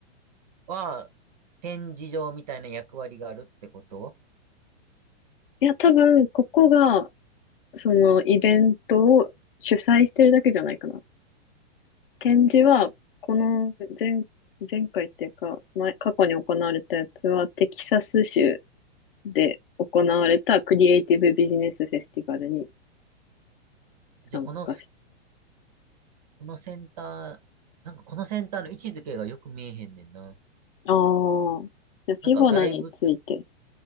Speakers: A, on the right (about 35°); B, on the left (about 55°).
A: は、展示場みたいな役割があるってこと
B: いや、多分、ここが、そのイベントを主催してるだけじゃないかな。展示は、この前、前回っていうか、前、過去に行われたやつは、テキサス州で行われたクリエイティブビジネスフェスティバルに
A: じゃあ、
B: 参加し
A: この、このセンター、なんかこのセンターの位置づけがよく見えへんねんな。
B: ああ、じゃあフィボナについて。
A: なんか外部、